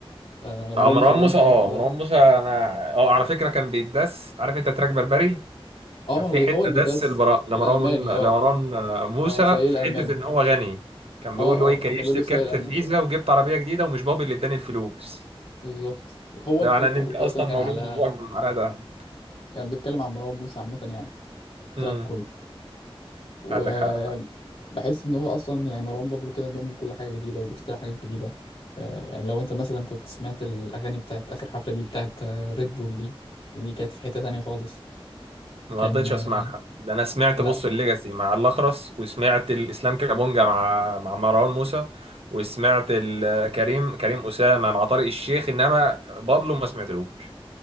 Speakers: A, on the left; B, on the right.
A: آه مروان
B: اه مروان
A: موسى ده
B: موسى
A: مش عارف
B: اه
A: ده
B: مروان موسى انا اه على فكرة كان بيتدس عارف انت تراك بربري
A: اه
B: كان
A: ما
B: في
A: هو بي
B: حتة
A: هو اللي بيدس
B: دس البراء لمروان
A: الالماني
B: لمروان
A: اه
B: آه، موسى
A: اه سيء
B: في
A: الالماني
B: حتة ان هو غني كان
A: اه
B: بيقول له ايه
A: اه
B: كيشت
A: ما كان بيقولوا
B: بكارت
A: سيء الالماني
B: الفيزا وجبت عربية جديدة ومش بابي اللي اداني الفلوس
A: بالظبط هو
B: ده
A: التراك
B: معناه ان
A: كله
B: انت اصلا
A: اصلا كان
B: مولود
A: على
B: وفوقك بمعلقة ده
A: كان بيتكلم عن مروان موسى عامة يعني التراك
B: امم
A: كله وبحس
B: عندك حق
A: ان هو اصلا يعني مروان بابلو كده بيعمل كل حاجة جديدة وبيخترع حاجات جديدة آه، يعني لو انت مثلا كنت سمعت الاغاني بتاعت اخر حفلة ليه بتاعت ريد بول دي دي كانت في حتة تانية خالص
B: ما
A: كان
B: رضيتش
A: آه،
B: اسمعها ده انا سمعت
A: لا
B: بص الليجاسي مع الاخرس وسمعت الاسلام كابونجا مع مع مروان موسى وسمعت ال- كريم كريم اسامه مع طارق الشيخ انما بابلو ما سمعتلوش